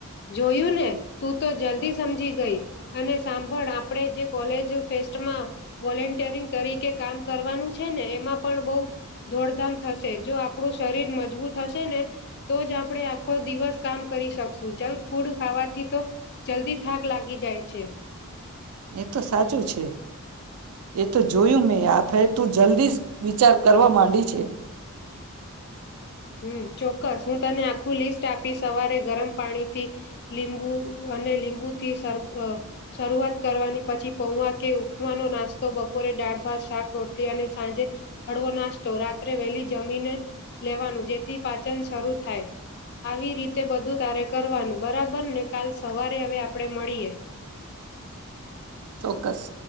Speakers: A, on the left (about 45°); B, on the right (about 80°).
A: જોયું ને તું તો જલ્દી સમજી ગઈ અને સાંભળ આપણેે જે કોલેજ ફેસ્ટમાં વોલન્ટિયરિંગ તરીકે કામ કરવાનું છે ને એમાં પણ બઉ દોડધામ થશે જો આપણું શરીર મજબૂત હશે ને તો જ આપણે આખો દિવસ કામ કરી શકશું સુ જંક ફૂડ ખાવાથી તો જલ્દી થાક લાગી જાય છે
B: એ તો સાચું છે એ તો જોયું મેં આપ ફે તું જલ્દી જ વિચાર કરવા માંડી છે
A: હમ્મ ચોક્કસ હું તને આખું લિસ્ટ આપી સવારે ગરમ પાણી થી લીબુ અને લીંબુથી શરૂ અ શરૂઆત કરવાની પછી પૌવા કે ઉપમાનો નાસ્તો બપોરે દાળ ભાત શાક રોટલી અને સાંજે હળવો નાસ્તો રાત્રે વહેલી જમીને લેવાનું જેથી પાચન શરૂ થાય આવી રીતે બધું તારે કરવાનું બરાબર ને કાલ સવારે હવે આપણે મળીએ
B: ચોક્સ